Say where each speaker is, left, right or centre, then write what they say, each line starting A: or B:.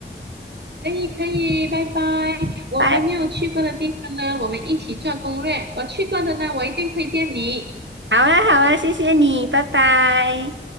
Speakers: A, on the right; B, on the right.
A: 可以可以，拜拜。我还没有去过的地方呢，
B: 拜。
A: 我们一起做攻略。我去过的呢，我一定推荐你。
B: 好啊，好啊，谢谢你，拜拜。